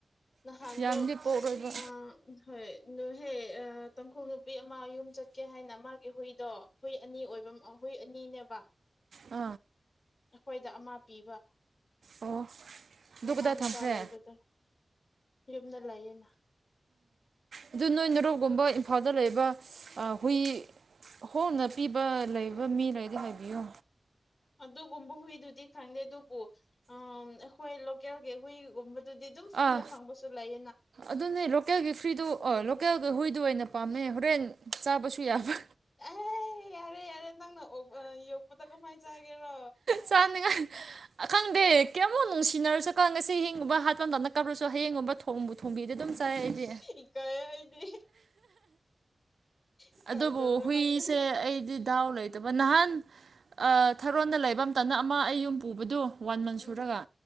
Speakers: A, on the left; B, on the right.
A: ꯅꯍꯥꯟꯗꯣ
B: ꯌꯥꯝꯗꯤ ꯄꯣꯛꯔꯣꯏꯕ
A: ꯑꯥ ꯎꯝ ꯍꯣꯏ ꯗꯣꯍꯦ ꯑ ꯇꯥꯡꯈꯨꯜ ꯅꯨꯄꯤ ꯑꯃ ꯌꯨꯝ ꯆꯠꯀꯦ ꯍꯥꯏꯅ ꯃꯥꯒꯤ ꯍꯨꯏꯗꯣ ꯍꯨꯏ ꯑꯅꯤ ꯑꯣꯏꯕ ꯍꯨꯏ ꯑꯅꯤꯅꯦꯕ꯫
B: ꯎ꯫
A: ꯑꯩꯈꯣꯏꯗ ꯑꯃ ꯄꯤꯕ꯫
B: ꯑꯣ꯫ ꯑꯗꯨ
A: ꯃꯃꯥ
B: ꯀꯗꯥꯏ
A: ꯃꯆꯥ
B: ꯊꯝꯈ꯭ꯔꯦ
A: ꯂꯩꯕꯗꯣ ꯌꯨꯝꯗ ꯂꯩꯌꯦꯅ꯫
B: ꯑꯗꯨ ꯅꯣꯏ ꯅꯨꯔꯨꯞꯒꯨꯝꯕ ꯏꯝꯐꯥꯜꯗ ꯂꯩꯕ ꯑꯥ ꯍꯨꯏ ꯍꯣꯡꯅ ꯄꯤꯕ ꯂꯩꯕ ꯃꯤ ꯂꯩꯔꯗꯤ ꯍꯥꯏꯕꯤꯌꯣ꯫
A: ꯑꯗꯨꯒꯨꯝꯕ ꯍꯨꯏꯗꯨꯗꯤ ꯈꯥꯡꯗꯦ ꯑꯗꯨꯕꯨ ꯑꯥꯝ ꯑꯩꯈꯣꯏ ꯂꯣꯀꯦꯜꯒꯤ ꯍꯨꯏꯒꯨꯝꯕ ꯑꯝ ꯐ꯭ꯔꯤꯗ
B: ꯑꯥ
A: ꯐꯪꯕꯁꯨ ꯂꯩ꯫
B: ꯑꯗꯨꯅꯦ ꯂꯣꯀꯦꯜꯒꯤ ꯐ꯭ꯔꯤꯗꯨ ꯑꯣ ꯂꯣꯀꯦꯜꯒꯤ ꯍꯨꯏꯗꯨ ꯑꯣꯏꯅ ꯄꯥꯝꯃꯦ ꯍꯣꯔꯦꯟ ꯆꯥꯕꯁꯨ ꯌꯥꯕ꯫
A: ꯑꯦꯍꯦ ꯌꯥꯔꯦ-ꯌꯥꯔꯦ ꯅꯪꯅ ꯑꯣꯛꯄ ꯑ ꯌꯣꯛꯄꯗꯣ ꯀꯃꯥꯏ ꯆꯥꯒꯦꯔꯣ꯫
B: ꯆꯥꯟꯅꯤꯡꯉꯥꯏ ꯑ ꯈꯪꯗꯦ ꯀꯌꯥꯃꯨꯛ ꯅꯨꯡꯁꯤꯅꯔꯁꯨꯀꯣ ꯉꯁꯤ ꯏꯍꯤꯡꯒꯨꯝꯕ ꯍꯥꯠꯄ ꯉꯝꯃꯛꯀ꯭ꯔꯕꯁꯨ ꯍꯥꯌꯦꯡꯒꯨꯝꯕ ꯊꯣ ꯊꯣꯡꯕꯨ ꯊꯣꯡꯕꯤꯔꯗꯤ ꯑꯗꯨꯝ ꯆꯥꯏ ꯑꯩꯗꯤ꯫
A: ꯏꯀꯥꯏ ꯑꯩꯗꯤ ꯏꯀꯥꯏꯗꯕ꯭ꯔꯥ
B: ꯑꯗꯨꯕꯨ ꯍꯨꯏꯁꯦ
A: ꯈꯪꯗꯦ
B: ꯑꯩꯗꯤ ꯗꯥꯎ ꯂꯩ ꯇꯕ ꯅꯍꯥꯟ ꯑ ꯊꯔꯣꯟꯗ ꯂꯩꯕ ꯃꯇꯝꯗ ꯑꯃ ꯑꯩ ꯌꯨꯝ ꯄꯨꯕꯗꯨ ꯋꯥꯟ ꯃꯟ
A: ꯎꯝ
B: ꯁꯨꯔꯒ꯫